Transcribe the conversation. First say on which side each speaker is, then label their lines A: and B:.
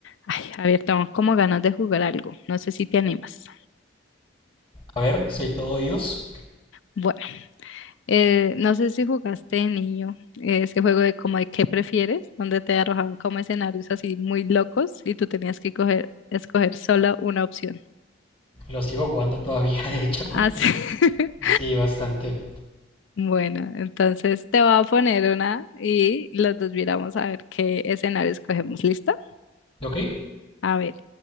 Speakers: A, on the left; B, on the left.
A: Ay, a ver, tengo como ganas de jugar algo. No sé si te animas.
B: A ver, soy todo oídos.
A: Bueno, eh, no sé si jugaste de niño eh, ese juego de como de qué prefieres, donde te arrojaban como escenarios así muy locos y tú tenías que coger, escoger solo una opción.
B: Lo sigo jugando todavía, de hecho. <laughs>
A: Así. <laughs>
B: Sí, bastante.
A: Bueno, entonces te voy a poner una y los dos miramos a ver qué escenario escogemos. ¿Listo?
B: Ok,
A: A ver,